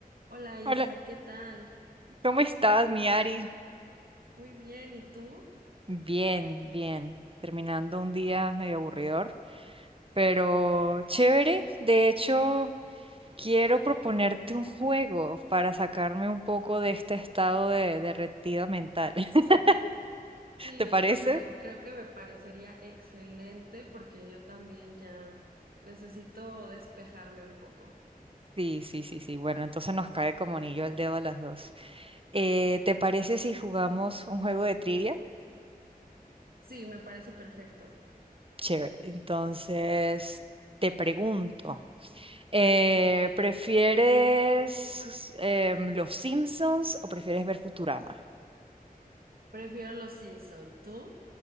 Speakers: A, on the right; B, on the right.
A: Hola Isa,
B: Hola,
A: ¿qué tal?
B: ¿cómo estás, mi Ari?
A: Muy bien, ¿y tú?
B: Bien, bien. Terminando un día medio aburridor, pero chévere. De hecho, quiero proponerte un juego para sacarme un poco de este estado de derretida mental. <laughs>
A: Sí,
B: ¿Te parece?
A: mira, creo que me parecería excelente porque yo también ya necesito despejarme un poco.
B: Sí, sí, sí, sí. Bueno, entonces nos cae como anillo al dedo a las dos. Eh, ¿te parece si jugamos un juego de trivia?
A: Sí, me parece perfecto.
B: Chévere. Entonces, te pregunto. Eh, ¿prefieres em, Los Simpsons o prefieres ver Futurama?
A: Prefiero los Simpson, ¿tú?